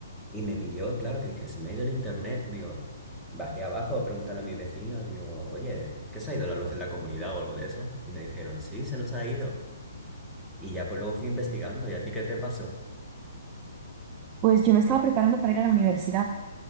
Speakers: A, in the centre; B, on the right.
A: y me pilló, claro, que dije, se me ha ido el internet. Digo, bajé abajo a preguntarle a mis vecinos, digo, oye, ¿qué se ha ido la luz en la comunidad o algo de eso? Y me dijeron, sí, se nos ha ido. Y ya pues luego fui investigando, ¿y a ti qué te pasó?
B: Pues yo me estaba preparando para ir a la universidad,